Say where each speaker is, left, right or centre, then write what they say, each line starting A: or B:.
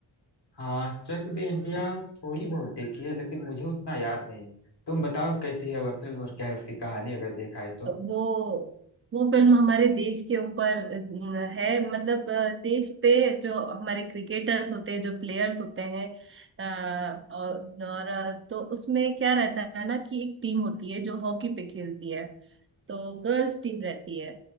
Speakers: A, on the left; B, on the right.
A: हाँ चक दे इंडिया थोड़ी बहुत देखी है लेकिन मुझे उतना याद नहीं तुम बताओ कैसी है वह फिल्म और क्या है उसकी कहानी अगर देखा है तो
B: वो वो फिल्म हमारे देश के ऊपर अ, है मतलब अ, देश पे जो हमारे क्रिकेटर्स होते हैं जो प्लेयर्स होते हैं अ, और, और अ, तो उसमें क्या रहता है ना कि एक टीम होती है जो हॉकी पे खेलती है तो गर्ल्स टीम रहती है